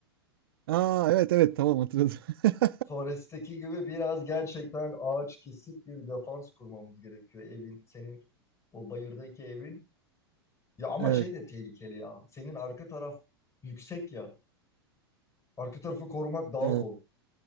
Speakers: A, on the right (about 65°); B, on the left (about 25°).
A: Aa evet evet tamam hatırladım. <laughs>
B: Forest'teki gibi biraz gerçekten ağaç kesip bir defans kurmamız gerekiyor evin. Senin o bayırdaki evin. Ya ama
A: Evet
B: şey de tehlikeli ya. Senin arka taraf yüksek ya. Arka tarafı korumak daha
A: evet.
B: zor.